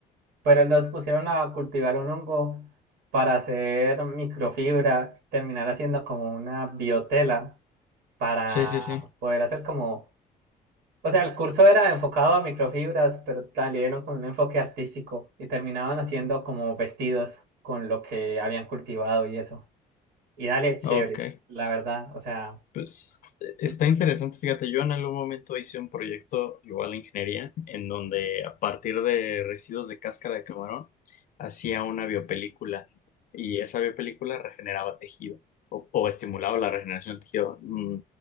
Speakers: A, on the right (about 80°); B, on the left (about 50°).
A: pero los pusieron a cultivar un hongo para hacer microfibra, terminar haciendo como una biotela para
B: sí, sí, sí.
A: poder hacer como O sea, el curso era enfocado a microfibras, pero también con un enfoque artístico y terminaban haciendo como vestidos con lo que habían cultivado y eso. Y dale, chévere,
B: Ok,
A: la verdad. O sea,
B: pues eh, está
A: mm,
B: interesante. Fíjate, yo en algún momento hice un proyecto igual de ingeniería en donde a partir de residuos de cáscara de camarón hacía una biopelícula y esa biopelícula regeneraba tejido o, o estimulaba la regeneración del tejido, mm,